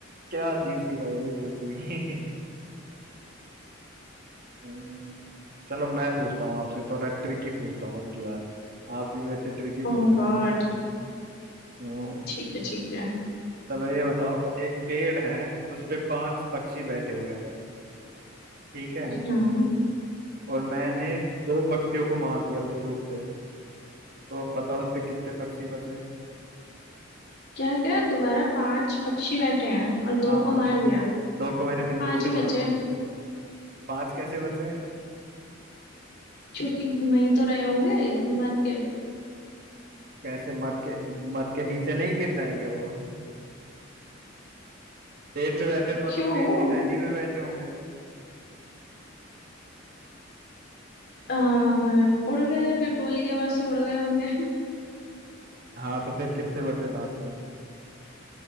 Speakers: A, on the right (about 50°); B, on the left (about 55°).
A: क्या अजीब सी पहेली पूछ ली <laughs> हम्म, चलो मैं पूछता हूँ आपसे थोड़ा ट्रिकी पूछता हूँ अब की बार आप भी मेरे से ट्रिकी पूछ
B: ओह
A: रहे
B: गॉड
A: हो ना हम्म,
B: ठीक है ठीक है
A: चलो ये बताओ एक पेड़ है उस पे पांच पक्षी बैठे हुए हैं ठीक है
B: हाँ
A: और मैंने दो पक्षियों को मार दिया बंदूक से तो अब बताओ उस पे कितने पक्षी बचे
B: क्या क्या दोबारा पांच पक्षी बैठे हैं और दो
A: हाँ
B: को मार दिया
A: दो को मैंने बंदूक
B: पांच
A: से
B: ही
A: मार
B: बचे
A: दिया पांच कैसे बचे
B: क्योंकि वहीं तो रहे होंगे मर के <laughs>
A: कैसे मर के मर के नीचे नहीं गिर जाएंगे वो <laughs> पेड़ पे बैठे तो मतलब
B: क्यों
A: पेड़ की टहनी पे बैठे होंगे
B: अ, मतलब उड़ गए फिर गोली के आवाज से उड़ गए होंगे
A: हाँ तो फिर कितने बचे लास्ट में